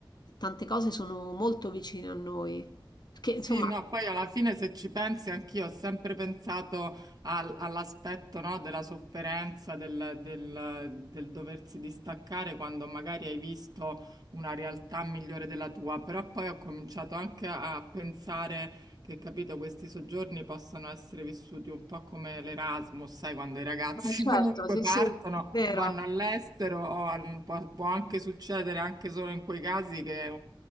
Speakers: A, on the left (about 55°); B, on the right (about 50°).
A: tante cose sono molto vicine a noi. Perché insomma,
B: Sì, no, poi alla fine se ci pensi anch'io ho sempre pensato al- all'aspetto, no, della sofferenza, del, del- del doversi distaccare quando magari hai visto una realtà migliore della tua, però poi ho cominciato anche a pensare che, capito, questi soggiorni possano essere vissuti un po' come l'Erasmus, sai, quando i ragazzi
A: Eh, Certo,
B: <laughs> comunque
A: sì,
B: partono.
A: sì, è vero.
B: Vanno all'estero, o al- può, può anche succedere anche solo in quei casi che